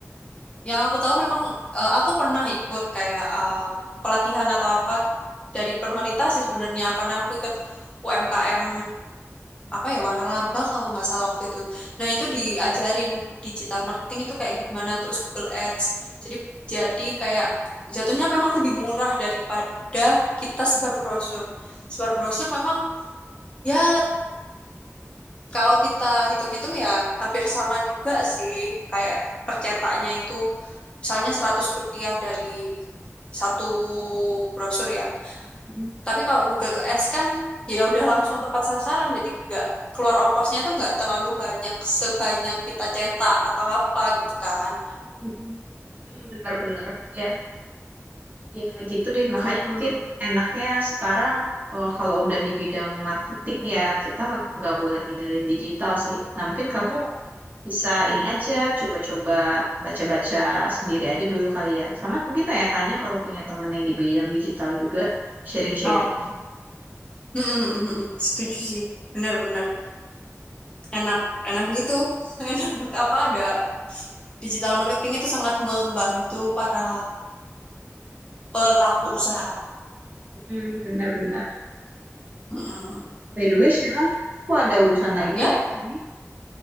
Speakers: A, on the left; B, on the right.
A: Yang aku tahu memang eh, aku pernah ikut kayak eh, pelatihan atau apa dari pemerintah sih sebenarnya karena aku ikut UMKM apa ya waralaba kalau nggak salah waktu itu. Nah, itu diajarin digital marketing itu kayak gimana terus Google Ads. Jadi jadi kayak jatuhnya memang lebih murah daripada kita sebar brosur. Sebar brosur memang ya Kalau kita hitung-hitung ya hampir sama juga sih kayak percetaknya itu misalnya 100 rupiah dari satu brosur ya.
B: Mm,
A: Tapi kalau Google Ads kan ya udah langsung tepat sasaran jadi nggak keluar ongkosnya itu nggak terlalu banyak sebanyak kita cetak atau apa gitu kan.
B: mm, mm, Benar-benar. Ya, ya gitu deh. Makanya
A: Mm-mm.
B: mungkin enaknya sekarang eh, kalau udah di bidang marketing ya kita nggak boleh ninggalin digital sih. Nah, mungkin kamu Bisa ini aja, coba-coba baca-baca sendiri aja dulu kali ya. Sama mungkin tanya-tanya kalau punya temen yang di bidang digital juga, sharing-sharing.
A: Oh, mm mm Setuju sih, benar-benar enak, enak gitu. <laughs> Enak apa ada digital marketing itu sangat membantu para pelaku usaha.
B: Hmm, benar-benar.
A: Mm-mm.
B: By the way, Sheila, aku ada urusan lagi
A: Ya?
B: nih abis ini.